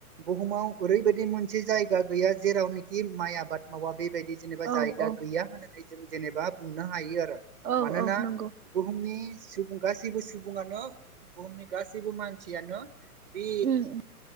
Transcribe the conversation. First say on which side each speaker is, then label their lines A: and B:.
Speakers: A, on the right; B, on the right.
A: बुहुमाव ओरैबायदि मोनसे जायगा गैया जेरावनोखि माइ आबाद मावा। बेबायदि जेनेबा
B: औ
A: जायगा
B: औ
A: गैया होननानै जों जेनेबा बुंनो हायो आरो।
B: औ
A: मानोना
B: औ नंगौ
A: बुहुमनि सुबुं गासैबो सुबुङानो बुहुमनि गासैबो मानसियानो बे
B: उम उम